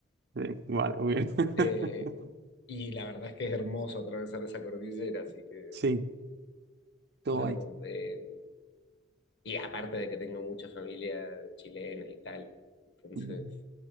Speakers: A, on the right; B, on the left.
A: Sí, vale, muy bien. <laughs>
B: Eh, y la verdad es que es hermoso atravesar esa cordillera, así que,
A: Sí, qué
B: no,
A: guay.
B: no, eh, y aparte de que tengo mucha familia chilena y tal, entonces,
A: Mm.